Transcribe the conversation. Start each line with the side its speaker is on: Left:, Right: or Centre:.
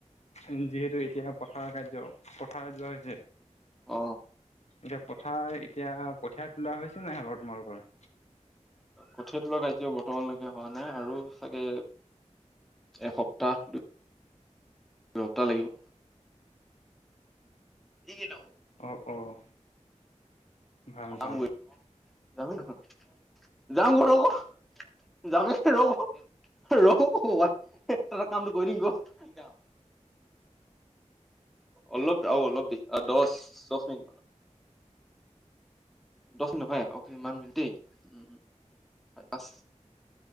Left: উম যিহেতু এতিয়া পথাৰ কাৰ্য, পথাৰত যোৱা হৈছে।
Centre: অ
Left: এতিয়া পথাৰ এতিয়া কঠিয়াত, তোলা হৈছে নাই তোমালোকৰ-
Centre: কঠিয়া তলোৱা কাৰ্য বৰ্তমানলৈকে হোৱা নাই আৰু চাগে এসপ্তাহ দুসপ্তাহ লাগিব। ই কি নাও
Left: অ', অ', ভাল
Centre: যামগৈ
Left: ভাল-
Centre: যামেই দেখোন, যাম ক ৰ ক, যামেই ৰ ক ৰহ ক ককাই টা কামটো কৰি দিঙ ক অলপ আৰু অলপ দছ, দছ মিটাৰ মান দহ মিনিট হয় অ কিমান মিনিট দেই উ পচ